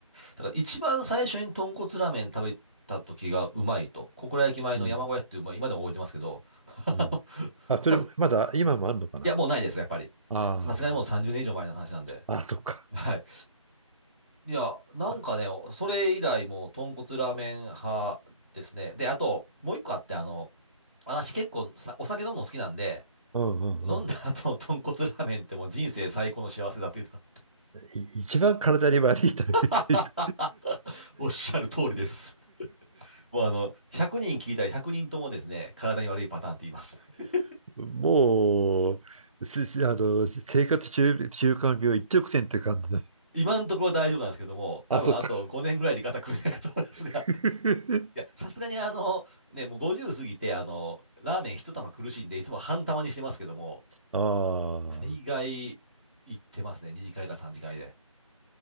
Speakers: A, on the left; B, on the right.
A: だから一番最初に豚骨ラーメン食べた時がうまいと、小倉駅前の山小屋っていう、
B: うん。うん
A: まあ、今でも覚えてますけど、<laughs> あの
B: うん。あ、それ、
A: 多分、い
B: まだ今もあるのかな
A: や、もうないです、やっぱり。
B: あ
A: さすがにもう30年以上前の話なんで。
B: あ、あ、そっか。
A: はい。いや、なんかね、
B: あ
A: それ以来もう豚骨ラーメン派ですね。で、あと、もう一個あって、あの、私結構さお酒飲むの好きなんで、
B: うんうんうん。
A: 飲んだ後の豚骨ラーメンってもう人生最高の幸せだっていうか
B: い一番体に悪いタ
A: <laughs>
B: イプ。
A: おっしゃる通りです。もうあの、100人聞いたら100人ともですね、体に悪いパターンって言います。<laughs>
B: <laughs> もう、すすあの、生活習習慣病一直線って感じだ。
A: 今のところ大丈夫なんですけども、多分あと5年ぐらいで肩組めないかと思いますが、
B: あ、そっか。<laughs>
A: <laughs> いや、さすがにあの、ね、もう50過ぎて、あの、ラーメン一玉苦しいんで、いつも半玉にしてますけども、
B: ああ。
A: 大概行ってますね、2次会か3次会で。